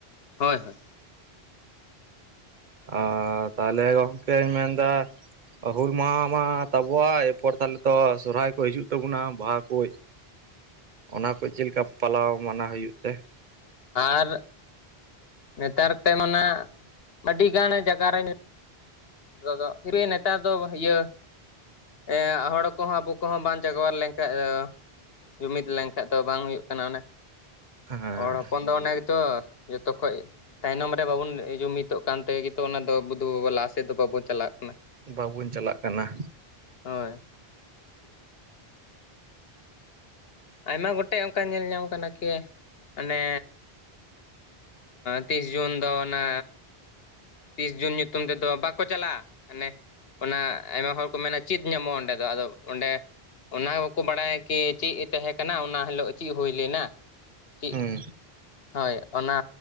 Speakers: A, on the left; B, on the right.
A: ᱦᱳᱭ ᱦᱳᱭ
B: ᱟᱨ ᱛᱟᱦᱚᱞᱮ ᱜᱚᱢᱠᱮᱧ ᱢᱮᱱᱫᱟ ᱦᱩᱞ ᱢᱟᱦᱟ ᱢᱟ ᱛᱟᱵᱚᱣᱟᱜ ᱮᱨᱯᱚᱨ ᱛᱟᱦᱚᱞᱮ ᱛᱚ ᱥᱚᱦᱚᱨᱟᱭ ᱠᱚ ᱦᱤᱡᱩᱜ ᱛᱟᱵᱚᱱᱟ ᱵᱟᱦᱟ ᱠᱚ ᱚᱱᱟ ᱠᱚ ᱪᱮᱫ ᱞᱮᱠᱟ ᱯᱟᱞᱟᱣ ᱢᱟᱱᱟᱣ ᱦᱩᱭᱩᱜ ᱛᱮ?
A: ᱟᱨ ᱱᱮᱛᱟᱨ ᱛᱮ ᱚᱱᱟ ᱟᱹᱰᱤᱜᱟᱱ ᱡᱟᱭᱜᱟ ᱨᱮ ᱱᱤᱛᱚᱜ ᱫᱚ ᱯᱷᱤᱨ ᱱᱮᱛᱟᱨ ᱫᱚ ᱤᱭᱟᱹ ᱮᱻ ᱦᱚᱲ ᱠᱚᱦᱚᱸ ᱟᱵᱚ ᱠᱚᱦᱚᱸ ᱵᱟᱝ ᱡᱟᱸᱟᱜᱚᱣᱟ ᱞᱮᱱᱠᱷᱟᱱ ᱫᱚ ᱡᱩᱢᱤᱫ ᱞᱮᱱᱠᱷᱟᱡ ᱫᱚ ᱵᱟᱝ ᱦᱩᱭᱩᱜ ᱠᱟᱱᱟ ᱚᱱᱮ
B: ᱦᱮᱸ
A: ᱦᱚᱲ ᱦᱚᱯᱚᱱ ᱫᱚ ᱚᱱᱮ ᱜᱮᱛᱚ ᱡᱚᱛᱚ ᱠᱷᱚᱡ ᱛᱟᱭᱱᱚᱢ ᱨᱮ ᱵᱟᱵᱚᱱ ᱡᱩᱢᱤᱫᱚᱜ ᱠᱟᱱᱛᱮᱜᱮ ᱚᱱᱟ ᱫᱚ ᱵᱩᱫᱷᱩ ᱵᱟᱵᱩ ᱞᱟᱥᱴ ᱪᱮᱫ ᱫᱚ ᱵᱟᱵᱚᱱ ᱪᱟᱞᱟᱜ ᱠᱟᱱᱟ᱾
B: ᱵᱟᱵᱚᱱ ᱪᱟᱞᱟᱜ ᱠᱟᱱᱟ
A: ᱦᱳᱭ ᱟᱭᱢᱟ ᱜᱚᱴᱮᱡ ᱚᱱᱠᱟ ᱧᱮᱞ ᱧᱟᱢ ᱠᱟᱱᱟ ᱠᱤ ᱚᱱᱮ ᱛᱤᱥ ᱡᱩᱱ ᱫᱚ ᱚᱱᱟ ᱛᱤᱥ ᱡᱩᱱ ᱧᱩᱛᱩᱢ ᱛᱮᱫᱚ ᱵᱟᱠᱚ ᱪᱟᱞᱟᱜᱼᱟ ᱢᱟᱱᱮ ᱚᱱᱟ ᱟᱭᱢᱟ ᱦᱚᱲ ᱠᱚ ᱢᱮᱱᱟ ᱪᱮᱫ ᱧᱟᱢᱚᱜᱼᱟ ᱚᱸᱰᱮ ᱫᱚ ᱟᱫᱚ ᱚᱸᱰᱮ ᱚᱱᱟ ᱵᱟᱠᱚ ᱵᱟᱰᱟᱭᱟ ᱠᱤ ᱪᱮᱫ ᱮ ᱛᱟᱦᱮᱸ ᱠᱟᱱᱟ ᱚᱱᱟ ᱦᱤᱞᱳᱜ ᱪᱮᱫ ᱦᱩᱭ ᱞᱮᱱᱟ ᱪᱮᱫ
B: ᱦᱩᱸ
A: ᱦᱳᱭ ᱚᱱᱟ